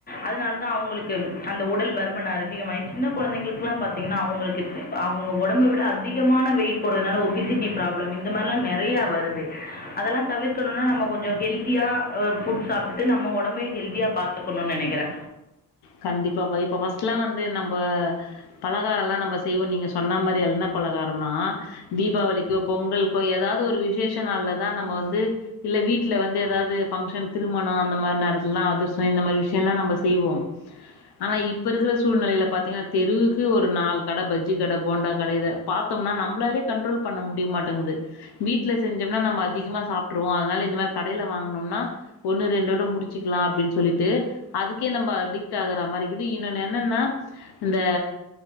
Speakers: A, on the left; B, on the left.
A: அதனாலதா அவங்களுக்கு அந்த உடல் பருமன் அதிகமாயி சின்ன கொழந்தைங்களுக்கல்லா பாத்தீங்கன்னா அவங்களுக்கு அவங்க ஒடம்ப விட அதிகமான வெயிட் போடுறதுனால ஓபிசிட்டி ப்ரோப்ளம் இந்த மாரிலா நெறைய வருது அதெல்லா தவிர்க்கணுன்னா நம்ம கொஞ்சோ ஹெல்தியா ஆ ஃபுட் சாப்ட்டு நம்ம ஒடம்பயு ஹெல்தியா பாத்துக்கணுன்னு நெனைக்கிறே
B: கண்டிப்பாப்பா இப்ப ஃபஸ்ட்லா வந்து நம்ப பலகாரோ எல்லா நம்ப செய்வோ நீங்க சொன்ன மாரி எண்ணை பலகாரம்ன்லா தீபாவளிக்கோ பொங்கல்க்கோ ஏதாவது ஒரு விசேஷ் <unintelligible> னாலதா நம்ம வந்து இல்ல வீட்ல வந்து ஏதாவது பங்ஷன் திருமணோ அந்த மாரி நேரத்துலதா அதிரசோ இந்த மாரி விஷயம்லா நம்ம செய்வோ ஆனா இப்ப இருக்கிற சூழ்நிலையில பாத்தீங்கன்னா தெருவுக்கு ஒரு நாலு கடை பஜ்ஜி கடை போண்டா கடை இத பாத்தோம்னா நம்மளாலயே கண்ட்ரோல் பண்ண முடியமாட்டேங்குது வீட்ல செஞ்சோம்னா நம்ம அதிகமா சாப்ட்ருவோ அதனால இந்த மாரி கடைல வாங்குனோம்னா ஒண்ணு ரெண்டோட முடிச்சுக்கலா அப்டின்னு சொல்லிட்டு அதுக்கே நம்ப அடிக் ட் ஆகுற மாரி இது இன்னொன்னு என்னன்னா இந்த